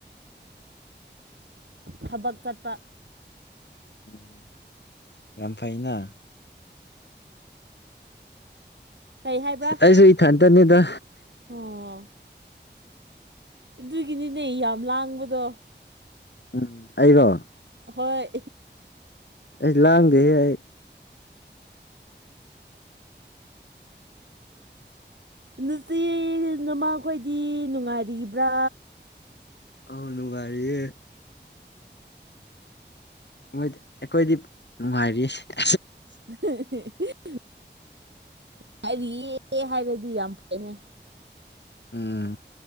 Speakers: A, on the right; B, on the left.
A: ꯊꯕꯛ ꯆꯠꯄ
B: ꯑꯣ ꯌꯥꯝ ꯐꯩꯅ
A: ꯀꯩ ꯍꯥꯏꯕ꯭ꯔꯥ
B: ꯑꯩꯁꯨ ꯏꯊꯟꯇꯅꯤꯗ
A: ꯑꯣ ꯑꯗꯨꯒꯤꯅꯤꯅꯦ ꯌꯥꯝ ꯂꯥꯡꯕꯗꯣ
B: ꯎꯝ ꯑꯩꯔꯣ
A: ꯍꯣꯏ
B: ꯑꯩ ꯂꯥꯡꯗ ꯍꯦ ꯑꯩ
A: ꯅꯨꯆ ꯅꯃꯈꯣꯏꯗꯤ ꯅꯨꯡꯉꯥꯏꯔꯤꯕ꯭ꯔꯥ
B: ꯑꯥꯎ ꯅꯨꯨ ꯒꯥꯔꯤꯌꯦꯦ ꯣꯏꯗꯤ ꯑꯩꯈꯣꯏꯗꯤ ꯅꯨꯡꯉꯥꯏꯔꯤꯁꯦ
A: <unintelligible> ꯍꯥꯏꯔꯤꯌꯦ ꯍꯥꯏꯔꯗꯤ ꯌꯥꯝ ꯐꯩꯅꯦ
B: ꯎꯝ